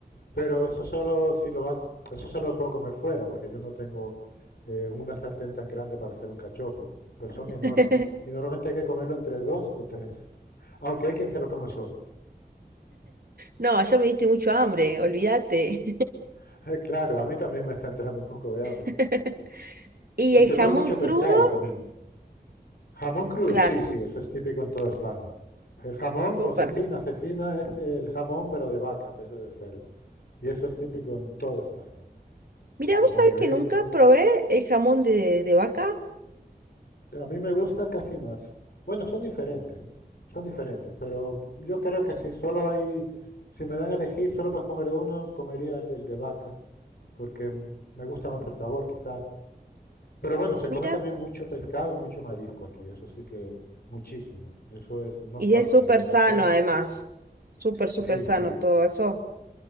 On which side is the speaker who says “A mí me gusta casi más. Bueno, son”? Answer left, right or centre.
Left